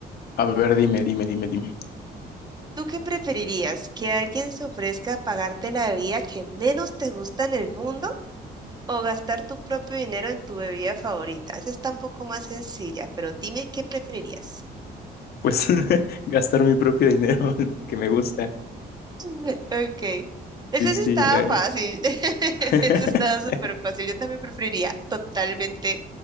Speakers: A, on the left; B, on the right.
A: A ver, dime, dime, dime, dime.
B: ¿Tú qué preferirías? ¿Que alguien se ofrezca a pagarte la bebida que menos te gusta en el mundo? O gastar tu propio dinero en tu bebida favorita. Esa está un poco más sencilla, pero dime qué preferirías.
A: Pues <laughs> gastar mi propio dinero <laughs> que me gusta.
B: <laughs> Ok. Esa
A: Sí,
B: sí
A: sí,
B: estaba
A: eh,
B: fácil. <laughs>
A: <laughs>
B: Esa estaba súper fácil. Yo también preferiría totalmente